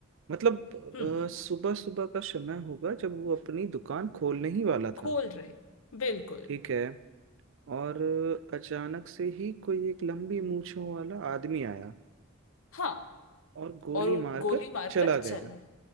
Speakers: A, on the right (about 65°); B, on the left (about 85°).
A: मतलब
B: हम्म
A: सुबह सुबह का समय होगा जब वो अपनी दुकान खोलने ही वाला
B: खोल
A: था
B: रहे बिल्कुल
A: ठीक है और अ, अचानक से ही कोई एक लंबी मूंछों वाला आदमी आया
B: हाँ
A: और गोली
B: और
A: मारकर
B: गोली मारकर
A: चला
B: चला
A: गया